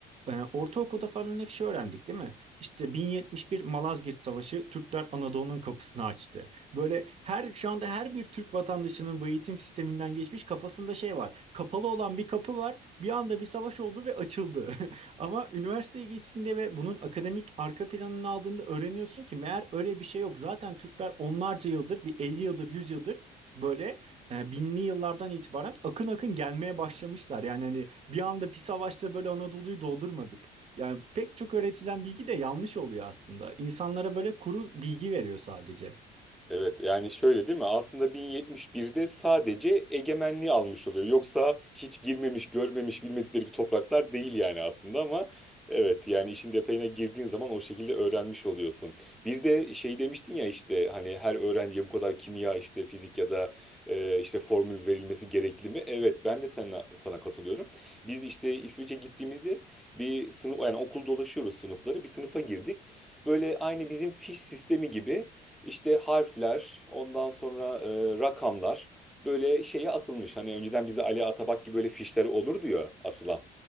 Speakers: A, on the right; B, in the centre.
A: e, ortaokulda falan hep şey öğrendik değil mi? İşte 1071 Malazgirt Savaşı Türkler Anadolu'nun kapısını açtı. Böyle her şu anda her bir Türk vatandaşının bu eğitim sisteminden geçmiş kafasında şey var. Kapalı olan bir kapı var. Bir anda bir savaş oldu ve açıldı. <laughs> Ama üniversiteye geçtiğinde ve bunun akademik arka planını aldığında öğreniyorsun ki meğer öyle bir şey yok. Zaten Türkler onlarca yıldır, bir 50 yıldır, 100 yıldır böyle e, binli yıllardan itibaren akın akın gelmeye başlamışlar. Yani hani bir anda bir savaşta böyle Anadolu'yu doldurmadık. Yani pek çok öğretilen bilgi de yanlış oluyor aslında. İnsanlara böyle kuru bilgi veriyor sadece.
B: Evet yani şöyle değil mi? Aslında 1071'de sadece egemenliği almış oluyor. Yoksa hiç girmemiş, görmemiş, bilmedikleri bir topraklar değil yani aslında ama evet yani işin detayına girdiğin zaman o şekilde öğrenmiş oluyorsun. Bir de şey demiştin ya işte hani her öğrenciye bu kadar kimya işte fizik ya da e, işte formül verilmesi gerekli mi? Evet ben de sana, sana katılıyorum. Biz işte İsveç'e gittiğimizde bir sınıf yani okul dolaşıyoruz sınıfları. Bir sınıfa girdik. Böyle aynı bizim fiş sistemi gibi işte harfler, ondan sonra e, rakamlar böyle şeye asılmış. Hani önceden bize Ali Atabak gibi böyle fişler olurdu ya asılan.